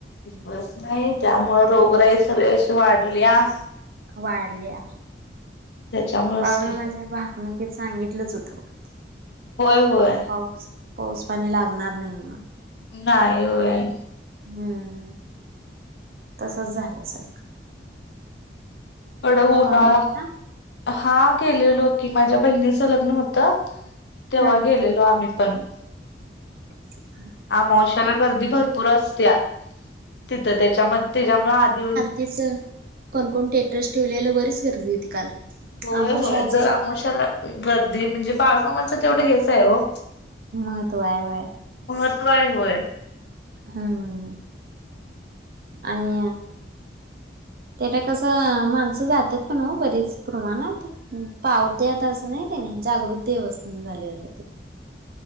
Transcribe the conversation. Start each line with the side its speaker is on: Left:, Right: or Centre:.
Left: बस नाही त्यामुळ रोगराई सगळी अशी वाढल्या.
Right: वाढल्या.
Left: त्याच्यामुळेच
Right: बाळूमामाच्या
Left: की
Right: भाकणुकीत सांगितलंच होतं बघ ते.
Left: होय होय.
Right: पाऊस, पाऊस पाणी लागणार नाही म्हनून.
Left: नाही होय.
Right: हम्म, तसच झालं सगळ.
Left: कडक उन्हाळा.
Right: बाळूमामाला
Left: हा गेलेलो कि माझ्या बहिणीच लग्न होतं, तेव्हा
Right: हम्म
Left: गेलेलो आम्ही. पण
Right: अहं.
Left: अमावश्याला गर्दी भरपूर असतया, तिथं त्याच्यामध्ये त्याच्यामुळे आधी
Right: तेच, कोण कोण स्टेटस ठेवलेला बरीच गर्दी होती काल.
Left: होय
Right: आमोशा
Left: होय
Right: आज
Left: जर
Right: ते
Left: आमोशाला गर्दी म्हणजे बाळूमामाचं तेवढं हेच आहे ओ.
Right: महत्त्व आहे होय.
Left: महत्वाय होय.
Right: हम्म. आणि त्याला कसं माणसं जात्यात पण ओ बरीच प्रमाणात. पावत्यातच नई त्यांनी जागृत देवस्थान झालय आता ते.